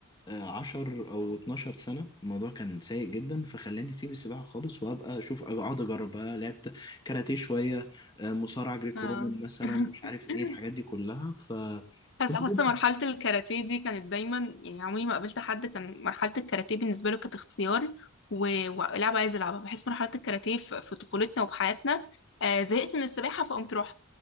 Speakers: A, on the left (about 20°); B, on the left (about 60°).
A: آه، عشر أو اتناشر سنة الموضوع كان سيء جدا فخلاني أسيب السباحة خالص وأبقى أشوف أقعد أجرب بقى لعبت كاراتيه شوية آه، مصارعة جريكو
B: اه
A: رومان مثلا
B: <laughs>
A: مش عارف إيه الحاجات دي كلها فكنت
B: بس حاسه
A: جدا
B: مرحله الكاراتيه دي كانت دايما يعني عمري ما قابلت حد كان مرحله الكاراتيه بالنسبه له كانت اختيار و- ولعبه عايز العبها بحس مرحله الكاراتيه في في طفولتنا وفي حياتنا آه زهقت من السباحه فقمت رحت